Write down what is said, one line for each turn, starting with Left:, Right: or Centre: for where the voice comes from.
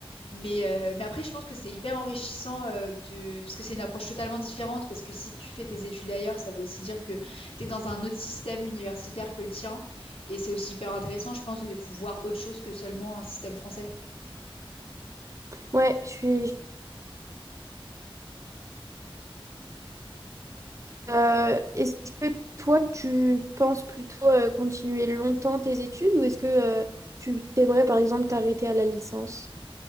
Left: Mais, euh, mais après, je pense que c'est hyper enrichissant euh, de... parce que c'est une approche totalement différente. Parce que si tu fais tes études ailleurs, ça veut aussi dire que tu es dans un autre système universitaire que le tien. Et c'est aussi hyper intéressant, je pense, de voir autre chose que seulement un système français.
Right: Ouais, je suis. Euh, est-ce que toi, tu penses plutôt euh, continuer longtemps tes études ou est-ce que euh, tu t'aimerais par exemple t'arrêter à la licence?